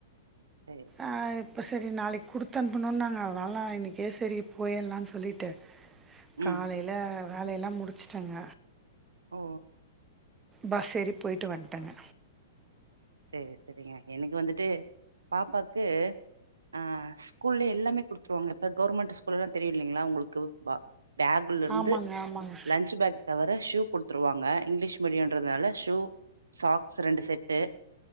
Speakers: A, on the right (about 80°); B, on the right (about 20°).
A: சேரி
B: ஆ இப்ப செரி நாளைக் குடுத்து அனுப்புன்னு நாங்க அதனால இன்னிக்கே செரி போயர்லான் சொல்லிட்டு
A: ம்
B: காலையில வேலையெல்லா முடிச்ட்டங்க
A: ஓ
B: பஸ் ஏறி போய்ட்டு வன்ட்டங்க
A: செரி செரிங்க எனக்கு வந்துட்டு பாப்பாக்கு ஆ ஸ்கூல்ல எல்லாமே குடு ஒங்க இப்ப கவர்மெண்ட்டு ஸ்கூல்லா தெரியு இல்லைங்ளா உங்களுக்கு வா பேகுல இருந்து
B: ஆமாங்க ஆமாங்க
A: லன்ஞ்ச் பேக் தவர ஷூ குடுத்துருவாங்க இங்க்லீஷ் மீடியன்றதால ஷூ சாக்ஸ் ரெண்டு செட்டு